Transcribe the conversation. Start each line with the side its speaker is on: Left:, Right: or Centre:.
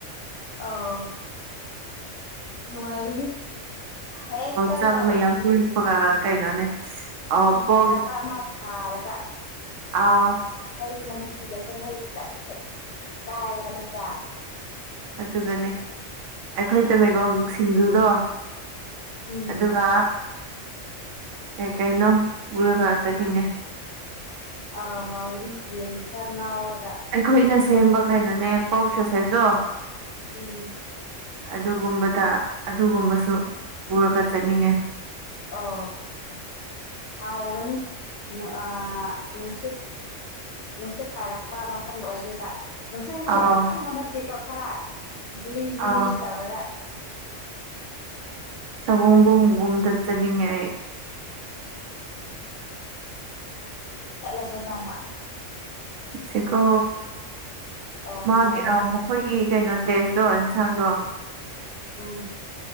Left: ꯑꯧ ꯅꯨꯡꯉꯥꯏꯒꯅꯤ ꯍꯦꯛꯇ
Right: ꯆꯥꯛ ꯃꯌꯥꯝ
Left: ꯎꯝ
Right: ꯄꯨꯔꯛꯄꯒ ꯀꯩꯅꯣꯅꯦ
Left: ꯐꯤ
Right: ꯄꯣꯛ
Left: ꯐꯖꯕ ꯑꯃ ꯊꯥꯔꯒ
Right: ꯑꯥ
Left: ꯑꯩ ꯃꯍꯤꯒꯁꯦ ꯍꯩ ꯆꯠ ꯆꯠ ꯀꯥꯏꯔꯒ ꯅꯠꯇ꯭ꯔꯥ
Right: ꯑꯗꯨꯒꯅꯦ ꯑꯩꯈꯣꯏ ꯇꯃꯦꯂꯣꯡ ꯁꯤꯡꯖꯨꯗꯣ
Left: ꯎꯝ
Right: ꯑꯗꯨꯒ ꯀꯩ ꯀꯩꯅꯣ ꯄꯨꯔꯒ ꯆꯠꯅꯤꯡꯉꯦ
Left: ꯑꯥ ꯍꯥꯎꯕꯗꯤ ꯌꯦꯟ ꯈꯔ ꯉꯥꯎꯔ
Right: ꯑꯩꯈꯣꯏꯅ ꯁꯦꯝꯕ ꯀꯩꯅꯣꯅꯦ ꯄꯣꯔꯣꯛ ꯁꯣꯁꯦꯁꯇꯣ
Left: ꯎꯝ
Right: ꯑꯗꯨꯒꯨꯝꯕ ꯗ ꯑꯗꯨꯒꯨꯝꯕꯁꯨ ꯄꯨꯔꯒ ꯆꯠꯅꯤꯡꯉꯦ
Left: ꯑꯧ ꯍꯥꯎꯒꯅꯤ ꯑꯥ ꯅꯨꯡꯁꯤꯠ ꯅꯨꯡꯁꯤꯠ ꯄꯥꯏꯔꯛꯄ ꯃꯐꯝꯗ ꯑꯣꯏꯗꯩꯕ ꯅꯨꯡꯁꯤꯠꯁꯦ
Right: ꯑꯥꯎ
Left: ꯌꯥꯝ ꯀꯟꯕ ꯅꯠꯇꯦꯀꯣ ꯈꯔ ꯖꯤꯔꯤ ꯖꯤꯔꯤ
Right: ꯑꯥꯎ
Left: ꯇꯧꯔꯒ
Right: ꯁꯑꯣꯝꯕꯨꯝ ꯒꯨꯝꯕꯗ ꯇꯠꯆꯅꯤꯡꯉꯦ ꯑꯩ
Left: ꯆꯠꯂꯁꯦ ꯅꯣꯡꯃ
Right: ꯆꯠꯁꯦꯀꯣ
Left: ꯑꯧ
Right: ꯃꯥꯒꯤ
Left: ꯅꯨꯡꯉꯥꯏꯒꯅꯤ
Right: ꯃꯈꯣꯏꯒꯤ ꯀꯩꯅꯣ ꯇꯦꯁꯇꯣꯟ ꯁꯥꯡꯗꯣ
Left: ꯎꯝ